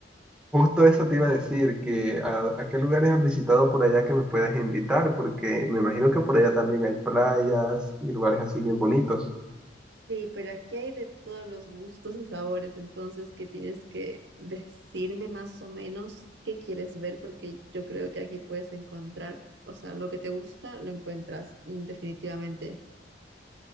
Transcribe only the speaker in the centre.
Justo eso te iba a decir, que a, a qué lugares has visitado por allá que me puedas invitar, porque me imagino que por allá también hay playas y lugares así bien bonitos.